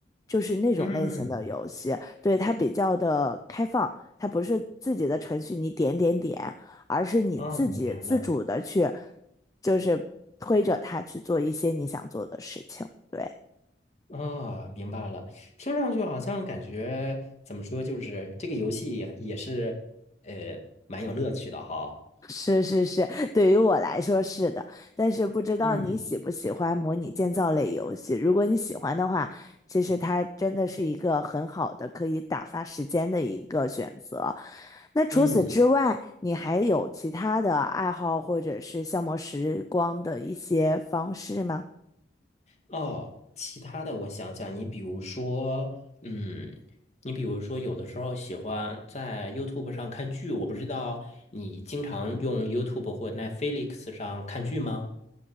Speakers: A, on the left; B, on the left.
A: 就是那种类型的游戏。
B: 嗯，
A: 对，它比较的开放，它不是自己的程序，你点点点。而是你自己自主的去，
B: 啊，明白了。
A: 就是推着他去做一些你想做的事情。对，
B: 啊、明白了。听上去好像感觉怎么说，就是这个游戏也也是呃蛮有乐趣的哈。
A: <laughs> 是是是，对于我来说是的，但是不知道你喜不喜欢模拟建造类游戏。
B: 嗯
A: 如果你喜欢的话，其实它真的是一个很好的可以打发时间的一个选择。那除此之外，
B: 嗯。
A: 你还有其他的爱好或者是消磨时光的一些方式吗？
B: 哦，其他的我想想，你比如说，嗯，你比如说，有的时候喜欢在 YouTube 上看剧，我不知道你经常用 YouTube 或 Netflix 上看剧吗？